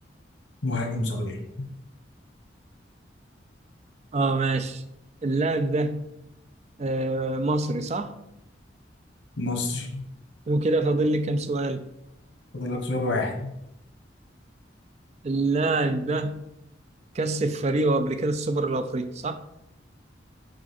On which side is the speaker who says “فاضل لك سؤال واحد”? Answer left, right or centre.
Left